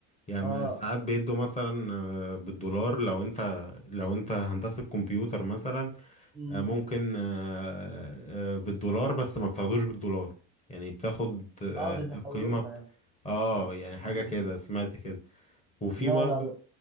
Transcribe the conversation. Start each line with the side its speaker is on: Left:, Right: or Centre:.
Left: يعني
Centre: اه
Left: ما ساعات بيدوا مثلا آه، بالدولار لو انت لو انت هندسة كمبيوتر مثلا
Centre: امم
Left: آه، ممكن آه، آه، بالدولار بس ما بتاخدوش بالدولار يعني بتاخد آه،
Centre: اه بيحولوها
Left: القيمة ب...
Centre: يعني
Left: اه
Centre: ف-
Left: يعني حاجة
Centre: 500
Left: كده
Centre: جنيه
Left: سمعت كده وفي
Centre: لا
Left: برضو
Centre: لا